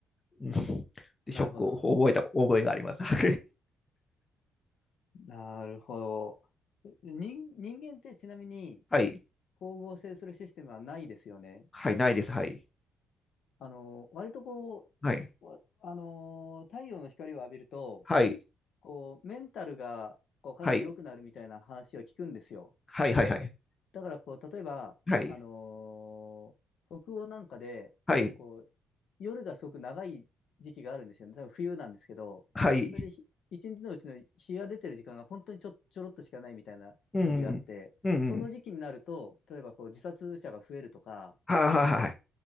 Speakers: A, on the left; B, on the left.
A: うん、でショックを覚えた覚えがあります。
B: なるほど。
A: <laughs> は
B: なるほど。人、人間ってちなみに
A: い。
B: 光合成するシステムはないですよね。
A: はい、ないです。はい。
B: あの、割とこう、
A: はい。
B: わあの、太陽の光を浴びると、
A: はい。
B: こう、メンタルがこうかなり良くなるみたいな話を聞くんですよ。
A: はい。はい。はい。
B: だからこう、例えば、
A: はい。
B: あの、北欧なんかで、
A: はい。はい。
B: こう、夜がすごく長い時期があるんですよね。多分冬なんですけど、
A: はい。
B: それでひ一日のうちの日が出てる時間が本当にちょ、ちょろっとしかないみたいな時期があって、
A: うん。うん。
B: その時期になると、
A: うん。
B: 例えばこう自殺者が増えるとか、
A: はいはいはい。